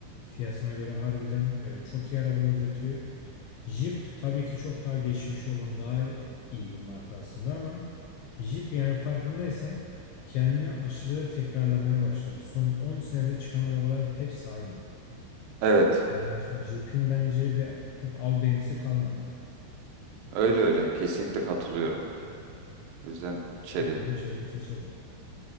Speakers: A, on the left (about 80°); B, on the right (about 80°).
A: fiyatına göre harbiden e, çok iyi arabalar üretiyor. Jeep tabii ki çok daha geçmişi olan daha iyi bir marka aslında ama Jeep yani farkındaysan kendini aşırı tekrarlamaya başladı. Son 10 senede çıkan arabaların hepsi aynı.
B: Evet.
A: Yani artık Jeep'in bence bir, pek albenisi kalmadı.
B: Öyle öyle. Kesinlikle katılıyorum. O yüzden Chery
A: O zaman içeriği seçelim.